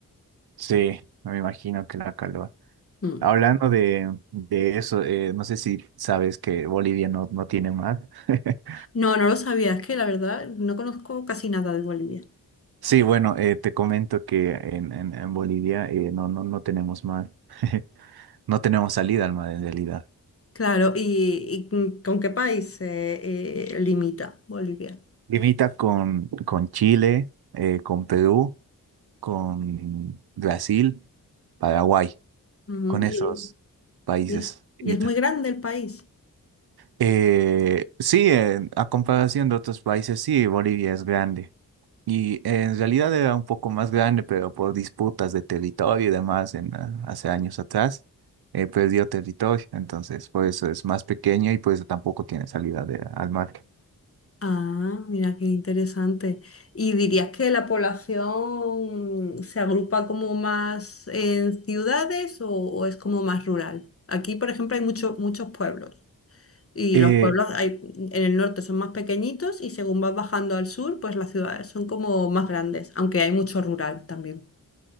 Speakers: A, on the right (about 80°); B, on the left (about 40°).
A: sí, no me imagino que la calor.
B: Mm.
A: Hablando de, de eso, eh, no sé si sabes que Bolivia no, no tiene mar. <laughs>
B: No, no lo sabía, es que la verdad no conozco casi nada de Bolivia.
A: Sí, bueno, eh, te comento que en, en, en Bolivia eh, no, no, no tenemos mar. <laughs> No tenemos salida al mar en realidad.
B: Claro, ¿y, y mm, con qué país eh, eh, limita Bolivia?
A: Limita con, con Chile, eh, con Perú con Brasil, Paraguay,
B: Ujú,
A: con esos
B: Y,
A: países.
B: y es,
A: limita.
B: y es muy grande el país.
A: Eh, sí, en- a comparación de otros países, sí, Bolivia es grande. Y eh, en realidad era un poco más grande, pero por disputas de territorio y demás en, ah, hace años atrás, eh, perdió territorio. Entonces, por eso es más pequeño y por eso tampoco tiene salida de- al mar.
B: Ah, mira qué interesante. ¿Y dirías que la población se agrupa como más en ciudades o, o es como más rural? Aquí, por ejemplo, hay muchos muchos pueblos y
A: Eh,
B: los pueblos hay, en el norte son más pequeñitos y según vas bajando al sur, pues las ciudades son como más grandes, aunque hay mucho rural también.